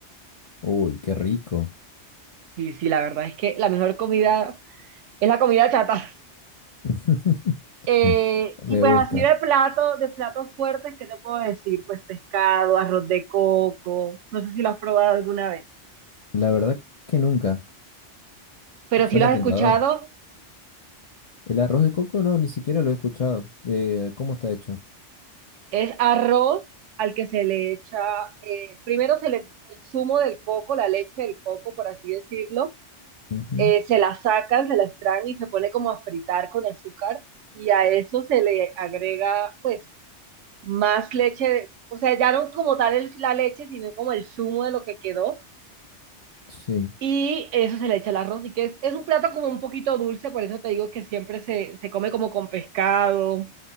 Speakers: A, on the left (about 50°); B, on the right (about 85°).
A: Uy, qué rico.
B: Sí, sí, la verdad es que la mejor comida es la comida chata.
A: <laughs>
B: Eh, y
A: Me
B: pues
A: gusta.
B: así de plato, de platos fuertes, ¿qué te puedo decir? Pues pescado, arroz de coco, no sé si lo has probado alguna vez,
A: La verdad que nunca.
B: pero
A: Suena
B: si lo has
A: tentador.
B: escuchado,
A: El arroz de coco no, ni siquiera lo he escuchado. Eh, ¿cómo está hecho?
B: Es arroz al que se le echa, eh, primero se le, el zumo del coco, la leche del coco, por así decirlo,
A: Ujú,
B: eh, se la sacan, se la extraen y se pone como a fritar con azúcar y a eso se le agrega pues más leche, o sea, ya no como tal el- la leche, sino como el zumo de lo que quedó
A: Sí.
B: y eso se le echa el arroz y que es, es un plato como un poquito dulce, por eso te digo que siempre se, se come como con pescado